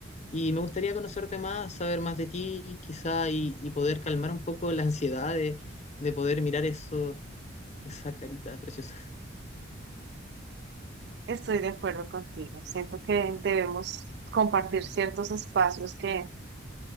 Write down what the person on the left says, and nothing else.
Y me gustaría conocerte más, saber más de ti quizá y, y poder calmar un poco la ansiedad de, de poder mirar eso, esa carita preciosa.